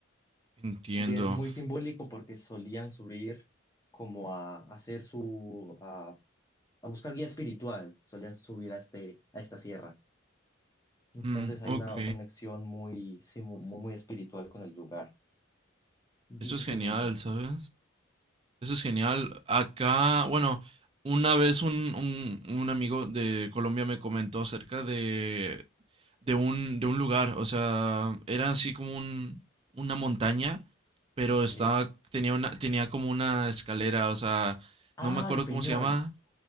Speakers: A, on the right (about 25°); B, on the left (about 15°).
A: entiendo.
B: Y es muy simbólico porque solían subir como a hacer su, a buscar guía espiritual, solían subir a, este, a esta sierra. Entonces
A: Mm,
B: hay
A: ok.
B: una conexión muy, sí, mu- mu- muy, espiritual con el lugar. Dicen
A: Eso es
B: que
A: genial,
B: es muy bonito.
A: ¿sabes? Eso es genial. Acá, bueno, una vez un, un, un amigo de Colombia me comentó acerca de, de un, de un lugar. O sea, era así como un, una montaña, pero
B: Sí.
A: estaba, tenía una, tenía como una escalera. O sea,
B: Ah,
A: no me acuerdo
B: el Peñol,
A: cómo se llama.